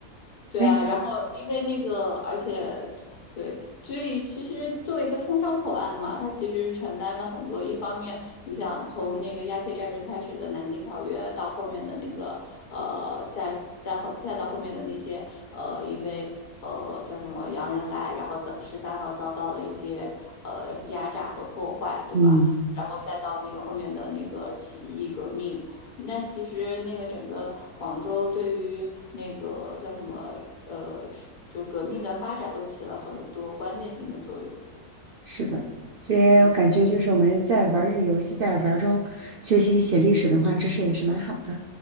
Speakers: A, on the left; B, on the right.
A: 对啊，
B: 哎，
A: 然后因为那个，而且对，所以其实作为一个通商口岸嘛，它其实承担的很多。一方面，你想从那个鸦片战争开始的南京条约，到后面的那个呃，再再后再到后面的那些呃，因为呃叫什么洋人来，然后遭十三号遭到了一些呃压榨和破坏，对吧？
B: 嗯，
A: 然后再到那个后面的那个起义革命，那其实那个整个广州对于那个叫什么呃，就革命的发展都起了很多关键性的作用。
B: 是的，所以我感觉就是我们在玩儿这个游戏，
A: 嗯
B: 在玩儿中学习一些历史文化知识也是蛮好的。